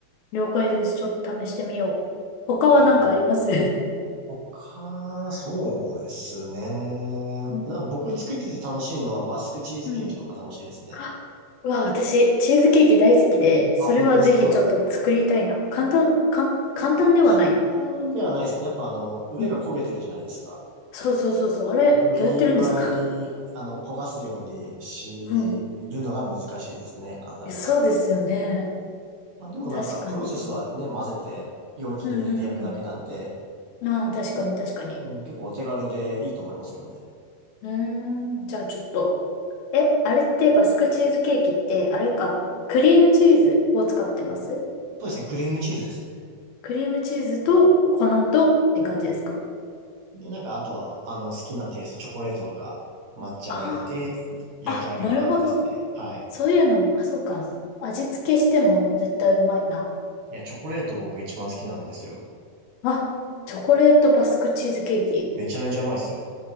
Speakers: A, on the left; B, on the right.
A: 了解です。ちょっと試してみよう。他は何かあります
B: い。えー他、そうですね。なんか僕作ってて楽しいのはバスクチーズケーキとか楽しいですね。
A: うん。うんあうわ、私、チーズケーキ大好きで、それはぜひちょっと作りたいな。
B: あ、本当ですか
A: 簡単、かん、簡単ではない。
B: 簡単ではないですけど、やっぱあの、上が焦げてるじゃないですか。
A: うん。そうそうそうそう。あれ、
B: あれをいい具合に、
A: どうやってるんですか
B: あの、焦がすようにしるのが難しいですね、
A: うん。
B: ああれは。
A: えそうですよね。
B: まあ、でもなんか、
A: 確かに。
B: プロセスはね、混ぜて、容器に入れて焼くだけなんで、
A: うんうんうん。まあ、確かに確かに。
B: うん、結構お手軽でいいと思いますけどね。
A: うーん。じゃあちょっと。え、あれってバスクチーズケーキって、あれか、クリームチーズを使ってます
B: そうですね、クリームチーズですね。
A: クリームチーズと粉とって感じですか
B: で、なんか、あとは、あの、好きなテイスト、チョコレートとか、抹茶を入れて、
A: あ
B: 焼き上げる感じですね。
A: あー、あ、なるほど。
B: はい。
A: そういうのも、あ、そうか。味付けしても絶対うまいな。
B: いや、チョコレート僕一番好きなんですよ。
A: あ、チョコレートバスクチーズケーキ。
B: めちゃめちゃうまいですよ。